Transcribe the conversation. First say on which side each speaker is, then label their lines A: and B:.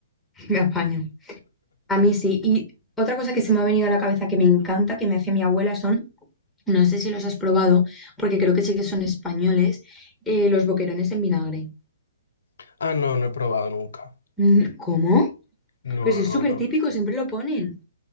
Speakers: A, in the centre; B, on the left.
A: me apaño. A mí sí. Y otra cosa que se me ha venido a la cabeza que me encanta, que me hace mi abuela, son, no sé si los has probado, porque creo que sí que son españoles, eh, los boquerones en vinagre.
B: Ah, no, no he probado nunca.
A: Mm, ¿Cómo?
B: No,
A: Pero si es
B: no,
A: súper
B: no.
A: típico, siempre lo ponen.